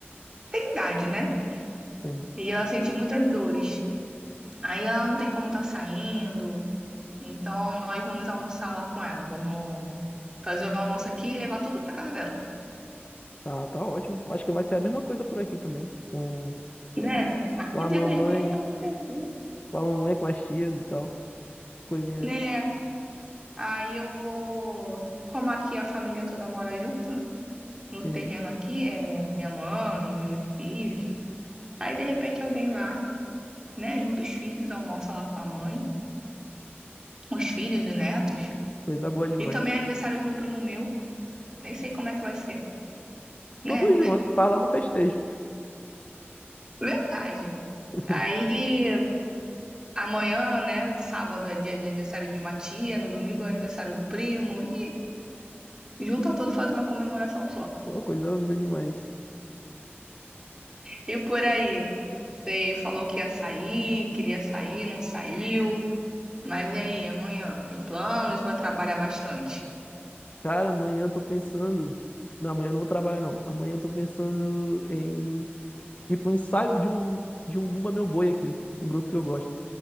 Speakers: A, on the right; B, on the left.
A: Tem idade, né?
B: Sim.
A: E ela sente muitas dores. Aí ela não tem como tá saindo. Então, nós vamos almoçar lá com ela. Vamos fazer o almoço aqui e levar tudo pra casa dela.
B: Tá, tá ótimo. Acho que vai ser a mesma coisa por aqui também, com,
A: Né? Ah,
B: com
A: o
B: a
A: Dia
B: mamãe,
A: das Mães geralmente é assim.
B: com a mamãe, com as tias e tal. Coisinhas
A: Né? Aí eu vou. Como aqui a família toda mora junto, né? no terreno
B: Sim,
A: aqui, é minha mãe, meus filhos. Aí, de repente, alguém lá, né? Junta os filhos, almoça lá com a mãe, os filhos e netos.
B: coisa boa demais.
A: E também é aniversário de um primo meu. Nem sei como é que vai ser, né?
B: Tudo junto, fala algum festejo.
A: <laughs> Verdade.
B: <laughs>
A: Aí. Amanhã, né? Sábado é dia de aniversário de uma tia, no domingo é aniversário do primo. E junta tudo, faz uma comemoração só.
B: Pô, coisa linda demais.
A: E por aí, você falou que ia sair, queria sair, não saiu. Mas e aí, amanhã? Tem planos? Vai trabalhar bastante?
B: Cara, amanhã eu tô pensando. Não, amanhã eu não vou trabalhar, não. Amanhã eu tô pensando em ir pro ensaio de um, de um Bumba Meu Boi aqui. Um grupo que eu gosto.